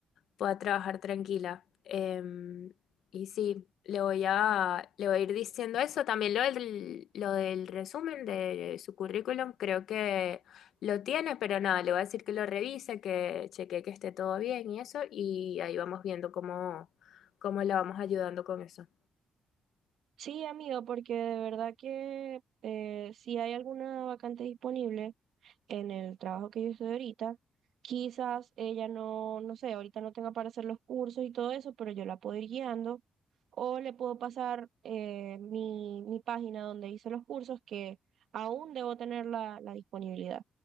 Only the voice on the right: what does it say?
Sí, amigo, porque de verdad que eh, si hay alguna vacante disponible en el trabajo que yo estoy ahorita, quizás ella no, no sé, ahorita no tenga para hacer los cursos y todo eso, pero yo la puedo ir guiando o le puedo pasar eh, mi, mi página donde hice los cursos que aún debo tener la, la disponibilidad